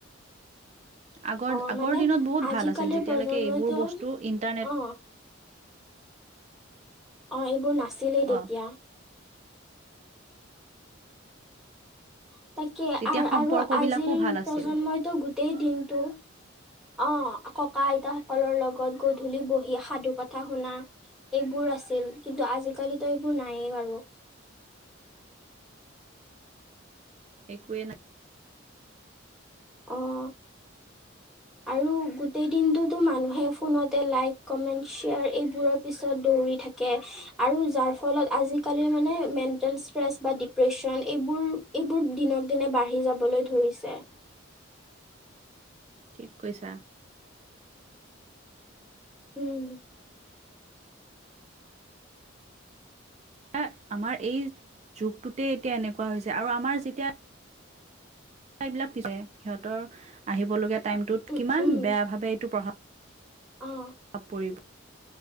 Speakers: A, on the right; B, in the centre.
A: আগৰ
B: অ
A: আগৰ
B: মানে
A: দিনত বহুত
B: আজিকালিৰ
A: ভাল আছিল। যেতিয়ালৈকে
B: প্ৰজন্মইতো
A: এইবোৰ বস্তু ইন্টাৰনেট
B: অ অ', এইবোৰ নাছিলেই তেতিয়া।
A: অ
B: <inaudible> তাকে
A: তেতিয়া
B: আৰু
A: সম্পৰ্ক
B: আৰু আজিৰ
A: বিলাকো ভাল আছিল
B: প্ৰজন্মইতো গোটেই দিনটো অ' ককা আইতা সকলৰ লগত গধূলি বহি সাধু কথা শুনা এইবোৰ আছিল। কিন্তু আজিকালিতো এইবোৰ নায়েই বাৰু
A: একোৱেই নাই।
B: অ' আৰু গোটেই দিনটোতো মানুহে ফোনতে লাইক কমেন্ট শ্বেয়াৰ এইবোৰৰ পিছত দৌৰি থাকে। <unintelligible> ফলতজাল মান মেল <unintelligible> ডিপ্ৰ বোৰ দিনক দিনে বাঢ়ি যাবলৈ ধৰিছে।
A: ঠিক কৈছা।
B: উম।
A: এয়ে আমাৰ এই যুগটোতে এতিয়া এনেকুৱা হৈছে আৰু আমাৰ যেতিয়া এইবিলাক সিহঁতৰ আহিব লগগীয়া টাইমতত
B: উম
A: কিমান
B: উম
A: বেয়া ভাৱে এইটো পঢা
B: অ
A: পাপ পৰিব